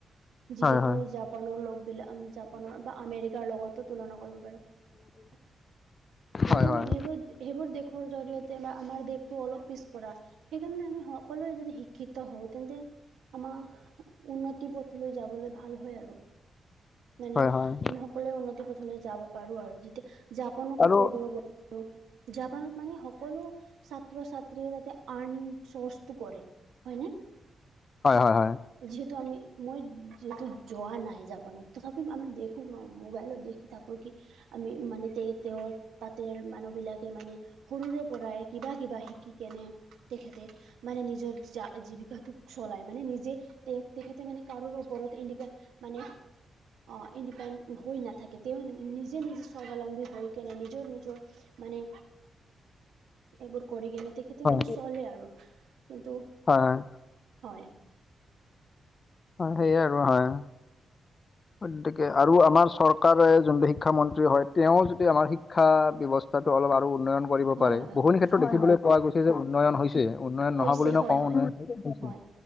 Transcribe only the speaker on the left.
হয় হয়
হয় হয়
হয়
হয়
আৰু
হয় হয় হয়।
হয়
হয়
হয় সেই আৰু হয়। গতিকে আৰু আমাৰ চৰকাৰে যোনটো শিক্ষামন্ত্ৰী হয়, তেওঁ যদি আমাৰ শিক্ষা ব্যৱ স্থাটো অলপ আৰু উন্নয়ন কৰিব
পাৰে,
বহু
ক্ষেত্ৰত দেখিবলৈ
পোৱা গৈছে যে উন্নয়ন হৈছে উন্নয়ন
নহা বুলি
নকওঁ
উন্নয়ন